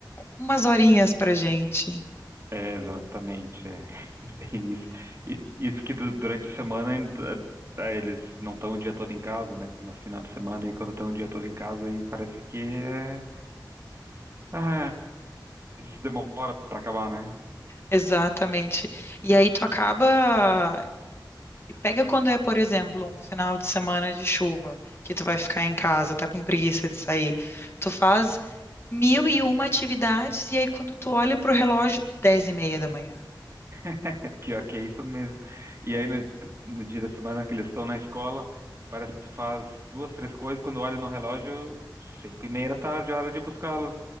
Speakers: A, on the left; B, on the right.
A: umas horinhas pra gente.
B: é, exatamente, é <laughs> bem isso. E, isso que du- durante a semana ainda, é, eles não estão o dia todo em casa, né? Mas final de semana e quando estão o dia todo em casa, aí parece que é. ah, isso demora pra acabar, né?
A: Exatamente. E aí tu acaba Pega quando é, por exemplo, um final de semana de chuva, que tu vai ficar em casa, tá com preguiça de sair. Tu faz mil e uma atividades e aí quando tu olha pro relógio, dez e meia da manhã.
B: <laughs> Pior que é isso mesmo. E aí, no, no dia da semana que eles estão na escola, parece que tu faz duas, três coisas, quando olha no relógio, cinco e meia da tarde, hora de buscá-los.